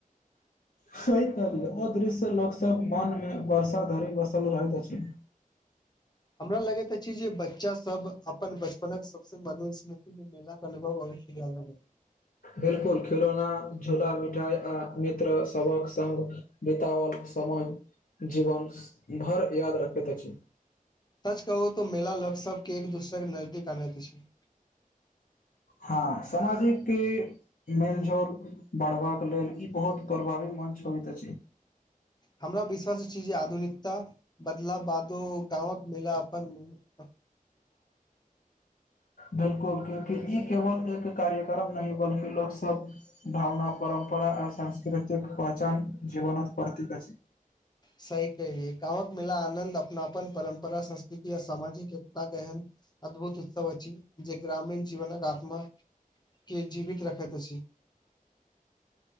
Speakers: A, on the left; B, on the left.
A: सही ओ दृश्य लोक सभ मनमे वर्षा धरि बसल रहैत अछि
B: हमरा लगैत अछि जे बच्चासभ अपन बच अप सबसँ मधुर स्मृति मे मेलाक क अनुभव अबैत या नहि
A: बिलकुल खिलौना झूला मिठाई आ मित्र सभक संग बिताओल समय जीवन स्स भरि याद रखैत अछि
B: सच कहू तऽ मेला लग सबके एक दूसरे के नजदीक आवैत अछि
A: हँ सामाजिक के मेलजोल बढ़बाक लेल ई बहुत प्रभावी मन छनित अछि
B: हमरा विश्वास अछि जे आधुनिकता बदला बादो गाँवक मेला अपन म
A: बिलकुल क्यूंकि ई केवल एक कार्यक्रम नहि बल्कि लोक सब भावना परम्परा रा आ सांस्कृतिक पहचान जीवनक प्रतीक अछि
B: सही कहैये गाँवक मेला आनन्द अपनापन परम्परा संस्कृति आ सामाजिक एकताक एहन अद्भुत उत्सव अछि जे ग्रामीण जीवनक आत्माके जीवित रखैत अछि